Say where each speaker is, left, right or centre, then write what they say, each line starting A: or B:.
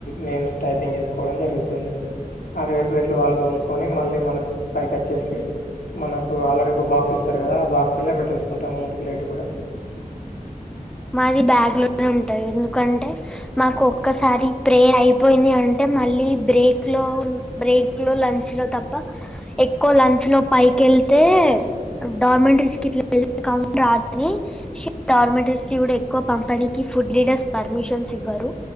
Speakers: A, on the left (about 75°); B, in the centre.
A: నేమ్స్ టైపింగ్ చేసుకోవడం జరుగుతుంది అవి ఎవరి ప్లేట్లు వాళ్ళు దోముకొని మళ్ళీ మనకు పైకి వచ్చేసి మనకు ఆల్రెడీ ఒక బాక్స్ ఇస్తారు కదా ఆ బాక్సునే పెట్టేసుకుంటాం అ ప్లేట్ కూడా
B: మాది బ్యాగ్ లోనే ఉంటాయి ఎందుకంటే మాకు ఒక్కసారి ప్రే అయిపోయింది అంటే మళ్ళీ బ్రేక్ లో బ్రేక్ లో లంచ్ లో తప్ప ఎక్కువ లంచ్ లో పైకి వెళ్తే డార్మెంటరీస్ కట్లా క రాదని డార్మెంటరీస్ ఇవిడ ఎక్కువ పంపిణీకి ఫుడ్ లీడర్స్ పర్మిషన్స్ ఇవ్వరు